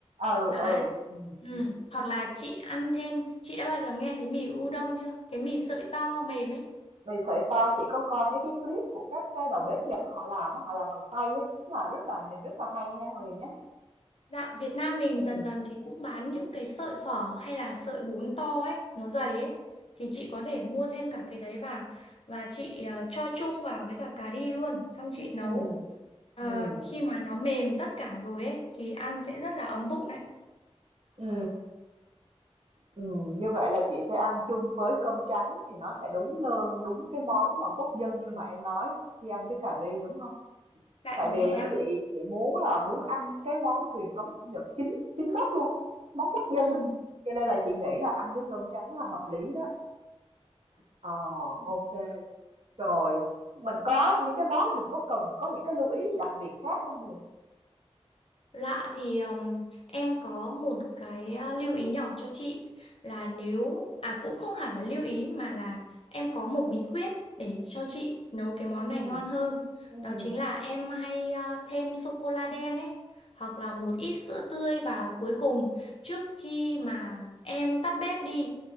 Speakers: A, on the right; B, on the left.
A: Ừ
B: Đấy.
A: ừ. Ừ.
B: Ừ.
A: ừ.
B: Hoặc là chị ăn thêm, chị đã bao giờ nghe thấy mì udon chưa? Cái mì sợi to mềm ấy.
A: Mì sợi to chị có coi mấy cái clip của các cái đầu bếp Nhật họ làm á, họ làm bằng tay á, rất là rất là nhìn rất là hay nha Huyền nhé.
B: Dạ, Việt Nam mình
A: Ừ.
B: dần dần thì cũng bán những cái sợi phở hay là sợi bún to ấy, nó dày ấy. Thì chị có thể mua thêm cả cái đấy vào và chị ờ, cho chung vào với cả cà ri luôn, xong chị nấu.
A: Ừ.
B: Ờ,
A: Ừ.
B: khi mà nó mềm tất cả rồi ấy thì ăn sẽ rất là ấm bụng đấy.
A: Ừ. Ừ. Như vậy là chị sẽ ăn chung với cơm trắng thì nó sẽ đúng hơn đúng cái món mà quốc dân như mà em nói khi ăn với cà ri đúng không?
B: Dạ
A: Tại
B: đúng
A: vì
B: rồi
A: á
B: ạ.
A: chị chị muốn là muốn ăn cái món truyền thống của Nhật chính chính gốc luôn á, món quốc
B: Ừ,
A: dân á. Cho nên là chị nghĩ là ăn với cơm trắng là hợp lý đó. Ờ
B: dạ.
A: ok. Rồi, mình có những cái món này mình có cần có những cái lưu ý gì đặc biệt khác không Huyền?
B: Lạ thì um, em có một cái uh, lưu ý nhỏ cho chị là nếu à cũng không hẳn là lưu ý mà là em có một bí quyết để cho chị nấu cái món
A: Ừ.
B: này ngon hơn.
A: Ừ.
B: Đó chính là em hay uh, thêm sô cô la đen ấy hoặc là một ít sữa tươi vào cuối cùng trước khi mà em tắt bếp đi